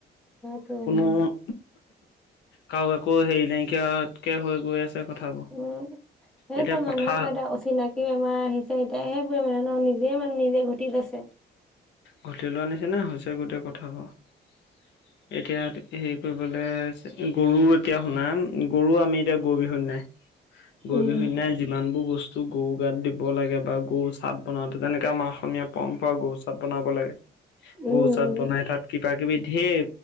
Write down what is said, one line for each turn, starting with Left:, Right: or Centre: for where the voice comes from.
Centre: সেইটোৱে
Left: কোনো-
Centre: আৰু।
Left: কাৰো আকৌ হেৰি নাইকিয়া কে হৈ গৈ আছে- কথাবোৰ
Centre: উম সেই
Left: এতিয়া
Centre: ত মানুহে
Left: পথাৰ
Centre: ক এতিয়া অচিনাকি বেমাৰ আহিছে- তাইহে পৰি মানে ন নিজে মানে নিজে ঘটিত আছে-
Left: ঘটি লোৱা নিচিনা হৈছে গোটেই কথাাবোৰ এতিয়া- হেৰি কৰিবলৈ গৰু এতিয়া শুনা গৰু আমি এতিয়া গৰু বিহুত নাই-
Centre: উম,
Left: গৰু বিহুৰ দিনা যিমান বোৰ বস্তু- চ গৰু গাত দিব লাগে বা গৰু চাত বনাওঁতে তেনেকে আমাৰ অসমীয়া পৰম্পৰা গৰু চ- চাত বনাব লাগে
Centre: উম,
Left: গৰু বনাই তাত - কিবা কিবি ঢেৰ